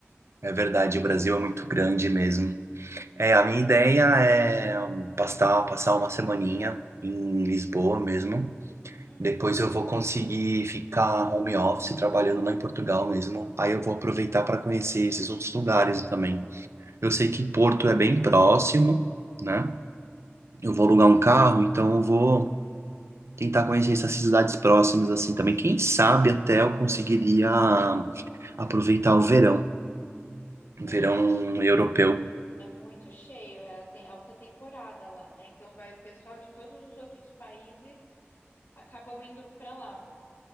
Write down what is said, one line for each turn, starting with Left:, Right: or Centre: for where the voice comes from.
Right: É verdade, o Brasil é muito grande mesmo.
Left: Muito
Right: É, a minha
Left: grande.
Right: ideia é hum, passar, passar uma semaninha em Lisboa mesmo.
Left: Uhum.
Right: Depois eu vou conseguir ficar home office trabalhando lá em Portugal mesmo. Aí eu vou aproveitar para conhecer esses outros lugares também. Eu sei que Porto é bem próximo, né? Eu vou alugar um carro, então eu vou tentar conhecer essas cidades próximas assim também. Quem sabe até eu conseguiria aproveitar o verão, o
Left: É,
Right: verão
Left: sim,
Right: europeu.
Left: é muito cheio, é a tem- alta temporada lá, né? Então vai o pessoal de todos os outros países acabam indo para lá.